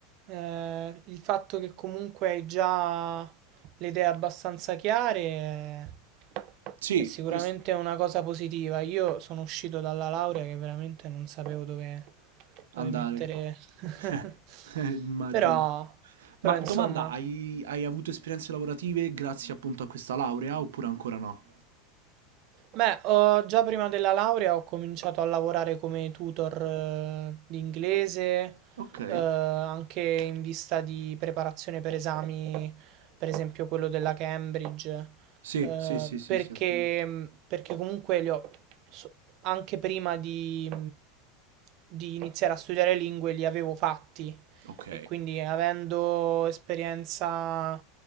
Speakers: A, on the right (about 50°); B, on the right (about 85°).
A: ehm, il fatto che comunque hai già le idee abbastanza chiare è
B: Sì,
A: è sicuramente
B: questo.
A: una cosa positiva. Io sono uscito dalla laurea che veramente non sapevo dove,
B: Andare.
A: dove mettere. <laughs>
B: <laughs> Immagino.
A: Però, però
B: Ma
A: insomma,
B: domanda, hai, hai avuto esperienze lavorative grazie appunto a questa laurea oppure ancora no?
A: Beh, ho- già prima della laurea ho cominciato a lavorare come tutor eh, di inglese,
B: Ok.
A: eh, anche in vista di preparazione per esami, per esempio quello della Cambridge,
B: Sì,
A: eh,
B: sì, sì, sì,
A: perché,
B: sì, ho capito.
A: perché comunque li ho, so- anche prima di, di iniziare a studiare lingue li avevo fatti,
B: Ok,
A: e quindi avendo esperienza